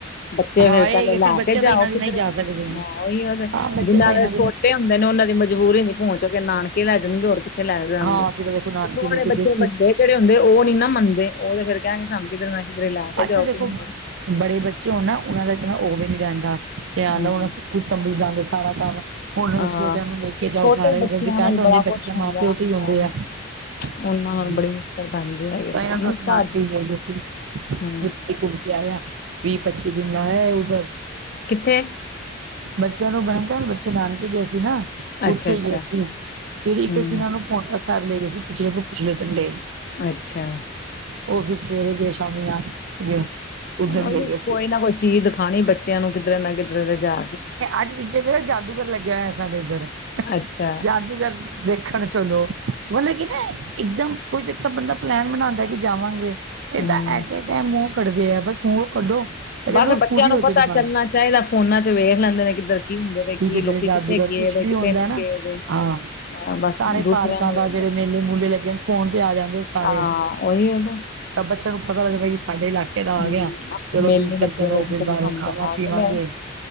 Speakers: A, on the left (about 50°); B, on the right (about 70°).
A: ਬੱਚੇ
B: ਹਾਂ
A: ਫੇਰ
B: ਇਹ
A: ਕਹਿੰਦੇ
B: ਹੈ
A: ਲੈ
B: ਫਿਰ ਬੱਚੇ
A: ਕੇ ਜਾਓ
B: ਤਾਂ ਇਹਨਾਂ ਦੀ
A: ਕਿਧਰੇ,
B: ਨਹੀਂ ਜਾ ਸਕਦੇ ਆ
A: ਹਾਂ ਓਈਓ ਤੇ
B: ਹਾਂ ਬੱਚੇ
A: ਜਿੰਨਾ
B: ਤਾਂ ਇਹਨਾਂ
A: ਦੇ ਛੋਟੇ ਹੁੰਦੇ ਨੇ ਓਨਾਂ ਦੀ ਮਜਬੂਰੀ ਨੀ ਹੋ ਚ ਕੇ ਨਾਨਕੇ ਲੈ ਜਾਣਗੇ ਹੋਰ ਕਿ ਲੈ ਜਾਣਗੇੋ
B: ਹਾਂ ਅਸੀਂ ਤਾਂ ਦੇਖੋ ਨਾਨਕੇ
A: ਤੇ ਥੋੜੇ
B: ਲੈ ਕੇ
A: ਬੱਚੇ
B: ਗਏ ਸੀ
A: ਵੱਡੇ ਜੇੜੇ ਹੁੰਦੇ ਓ ਨੀ ਨਾ ਮੰਨਦੇ ਓ ਤੇ ਫਿਰ ਕੈਂਣਗੇ ਸਾਨੂੰ ਕਿਤੇ ਨਾ ਕਿਧਰੇ ਲੈ ਕੇ
B: ਅੱਛਾ
A: ਜਾਓ
B: ਦੇਖੋ
A: ਘੁਮਾਓ
B: ਬੜੇ ਬੱਚੇ ਹੋਨ ਨਾ ਓਨਾਂ ਦਾ ਇਤਨਾ ਓ ਵੀ ਨੀ ਰੈਂਦਾ ਧਿਆਨ
A: ਹਮ,
B: ਓ ਨਾ ਸ ਖੁੱਦ ਸਮਝ ਜਾਂਦੇ ਸਾਰਾ ਕੰਮ। ਹੁਣ
A: ਹਾਂ
B: ਛੋਟਿਆਂ ਨੂੰ ਵੇਖ ਕੇ ਜਾਓ
A: ਛੋਟੇ
B: ਸਾਰੇ
A: ਬੱਚਿਆਂ
B: ਡਿਪੈਂਡ
A: ਨਾਲ
B: ਹੁੰਦੇ
A: ਬੜਾ ਕੁਛ
B: ਬੱਚੇ
A: ਹੁੰਦਾ
B: ਮਾਂ- ਪਿਓ ਤੋਂ ਈ ਹੁੰਦੇ
A: ਹਾਂ,
B: ਆ। ਹੂੰ,
A: ਉਹਨਾਂ ਨਾਲ ਬੜੀ ਮੁਸ਼ਕਲ ਪੈਂਦੀ ਹੈਗੇ
B: ਪੈਲਾਂ ਤਾਂ
A: ਨਹੀਂ
B: ਅਸੀਂ ਨਾਨਕੇ
A: ਸਾਡ
B: ਹੀ ਜਾਈ ਦਾ ਸੀ
A: ਹਾਂ
B: ਬੱਚੇ ਘੁੰਮ ਕੇ ਆਇਆ ਵੀਅ, ਪੱਚੀ ਦਿਨ ਲਾ ਆਏ ਉਧਰ।
A: ਕਿੱਥੇ
B: ਬੱਚੇਆਂ ਨੂੰ ਬਣੇ ਕ ਬੱਚੇ ਨਾਨਕੇ ਗਏ ਸੀ ਨਾ।
A: ਅੱਛਾ
B: ਉੱਥੇ
A: ਅੱਛਾ
B: ਗਏ ਸੀ ਫਿਰ ਇੱਕ
A: ਹਮ
B: ਅਸੀਂ ਇਨਾਂ ਨੂੰ ਪੋਂਟਾ ਸਾਹਿਬ ਲੇ ਗਏ ਸੀ ਪਿਛਲੇ ਤੋਂ ਪਿਛਲੇ ਸੰਡੇ।
A: ਅੱਛਾ।
B: ਉਹ ਫੇਰ ਸਵੇਰੇ ਗਏ ਸ਼ਾਮੀ ਆ ਗਏ। ਉੱਧਰ
A: ਹੁ
B: ਲੈ
A: ਕੋਈ
B: ਸੀ
A: ਨਾ ਕੋਈ ਚੀਜ਼ ਦਖਾਣੀ ਬੱਚੇਆਂ ਨੂੰ ਕਿਧਰੇ ਨਾ ਕਿਧਰੇ ਰਜਾ
B: ਅੱਜ ਪਿਛੇ ਪੈੳ ਜਾਦੂਗਰ ਲੱਗਿਆ ਹੋਇਆ ਸਾਡੇ ਇੱਧਰ
A: ਅੱਛਾ।
B: ਜਾਦੂਗਰ ਵੇਖਣ ਚਲੋ ਮਲਬ ਕਿ ਨਾ ਇੱਕਦਮ ਕੋਈ ਇੱਕ ਤਾਂ ਬੰਦਾ ਪਲੈਨ ਬਣਾਦਾ ਕਿ ਜਾਵਾਂਗੇ ਇਹ
A: ਹੂੰ,
B: ਤਾਂ ਐਟ ਏ ਟਾਇਮ ਮੂੰਹ ਕੱਢਦੇ ਏ ਬਸ ਮੂੰਹ ਕੱਢੋ ਤੇ ਕਹਿੰਦੇ
A: ਬਸ ਬੱਚਿਆਂ
B: ਪੂਰੀ ਹੋ
A: ਨੂੰ ਪਤਾ
B: ਜੇਗੀ ਬਸ
A: ਚੱਲਣਾ ਚਾਹੀਦਾ ਫੋਨਾਂ ਚ ਵੇਖ ਲੈਂਦੇ ਨੇ ਕਿੱਧਰ ਕੀ ਹੁੰਦੇ ਪਏ ਕੀ
B: ਠੀਕ ਹੈ ਜਿਹੜੇ
A: ਲੋਕੀ
B: ਜਾਦੂਗਰ
A: ਕਿੱਥੇ ਗਏ
B: ਕੁਛ
A: ਦੇ
B: ਵੀ
A: ਕਿੱਥੇ
B: ਹੁੰਦਾ
A: ਨਹੀਂ
B: ਨਾ
A: ਗਏ ਦੇ।
B: ਹਾਂ
A: ਹਾਂ ਬਸ
B: ਸਾਰੇ
A: ਦੂਸਰਿਆਂ
B: ਪਾਰਕਾਂ
A: ਨੂੰ
B: ਦਾ
A: ਲੱਗਦਾ।
B: ਜੇਹੜੇ ਮੇਲੇ ਮੂਲੇ ਲੱਗੇ ਨੇ ਫੋਨ ਤੇ ਆ ਜਾਂਦੇ ਸਾਰੇ।
A: ਹਾਂ ਉਹੀ ਹੈ ਤੇ
B: ਤਾਂ ਬੱਚੇਆਂ ਨੂੰ ਪਤਾ ਲਗਦਾ ਵੀ ਸਾਡੇ ਲਾਕੇ ਇਹ ਤਾਂ ਆ
A: ਹੂੰ
B: ਗਿਆ
A: ਆਪਣੇ
B: ਚਲੋ
A: ਮੇਲੇ
B: ਫਿਊਚਰ
A: ਲੱਗੇ
B: ਚਲੋ
A: ਦੇ
B: ਫੇਰ
A: ਸੀ
B: ਬਾਹਰੋਂ
A: ਸਾਨੂੰ
B: ਖਾਵਾਂ
A: ਦਿਖਾ
B: ਪੀਵਾਂਗੇ।
A: ਕੇ ਲਿਆਓ।